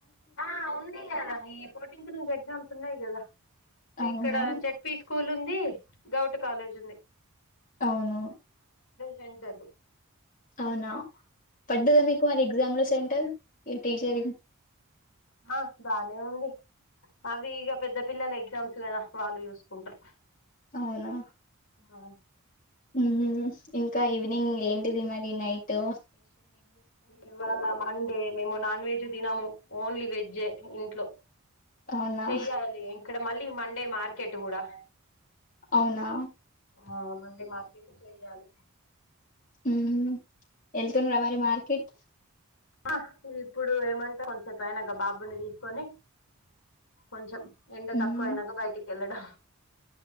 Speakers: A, on the left; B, on the left.
A: ఆ ఉంది కదా ఈ ఫోర్టీన్త్ నుంచి ఎగ్జామ్స్ ఉన్నాయి ఇలా
B: అవును
A: ఇక్కడ జడ్పి స్కూల్ ఉం ఇ గౌటు కాలేజ్ ఉంది
B: అవును
A: సెంటర్ లు
B: అవునా పడ్డదా మీకు మరి ఎగ్జామ్ లో సెంటర్ ఈ టీచరింగ్
A: ఆ బానే ఉంది అవి ఇగ పెద్ద పిల్లలై ఎగ్జామ్స్ కదా వాళ్ళు చూసుకుంట్రర్
B: అవునా
A: ఆ
B: ఉ ఇంకా ఈవినింగ్ ఏంటిది మరి నైటు
A: ఇవాలా అంటే మేము నాన్ వెజ్ తినము ఓన్లీ వెజ్జే ఇంట్లో
B: అవునా
A: చెయ్యాలి ఇక్కడ మళ్ ఈ మండే మార్కెట్ కూడా
B: అవునా
A: ఆ మళ్ళీ మార్కెట్ చెయ్యాలి
B: ఊ వెళ్తున్నారా మరి మార్కెట్
A: ఆ ఇది ఇప్పుడు ఏమంటే కొంచెం సేపు అయినంక బాబుని తీసుకొని కొంచెం ఎండ
B: ఉమ్
A: తక్కువ అయినంక బయటికి ఎల్లాడా